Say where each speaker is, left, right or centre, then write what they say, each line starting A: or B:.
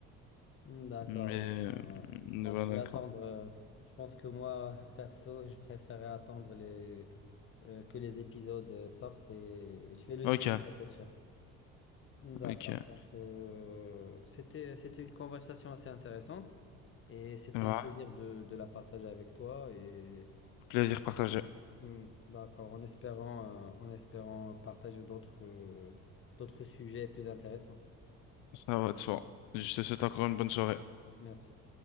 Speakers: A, on the left (about 45°); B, on the left (about 85°).
A: Hmm, D'accord.
B: Mais,
A: Moi,
B: euh,
A: euh, Donc,
B: ouais,
A: je
B: d'accord.
A: vais attendre. euh, Je pense que moi, <laughs> perso, je préférais attendre les, euh, que les épisodes euh, sortent et je vais le
B: Ok,
A: suivre, ça c'est sûr. Hmm, D'accord.
B: ok.
A: Donc, euh, c'était, c'était une conversation assez intéressante et c'était
B: Ouais,
A: un plaisir de, de la partager avec toi. Et
B: plaisir partagé.
A: hmm, d'accord, en espérant, euh, en espérant partager d'autres, euh, d'autres sujets plus intéressants.
B: Ça va de soi. Je te souhaite encore une bonne soirée.
A: Merci.